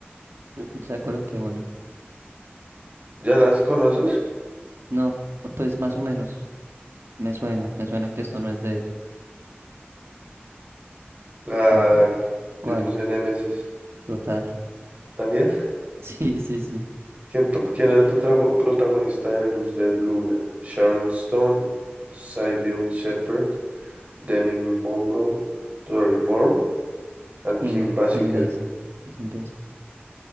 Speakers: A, on the right; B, on the right.
A: Creo que ya coloqué una.
B: ¿Ya las conoces?
A: No, pues más o menos. Me suena, me suena que esto no es de él.
B: Ah,
A: No, pa.
B: yo
A: ¿Cuál?
B: puse Némesis.
A: Total. <laughs>
B: ¿También?
A: Sí, sí, sí.
B: ¿Quién, to- quién era el protago- protagonista de Luz de Luna? Sharon Stone, Sybil Shepherd, Demi Monroe, Dori Moore y Kim
A: Kim,
B: Basinger.
A: Kim Bes- Kim Bes- <laughs>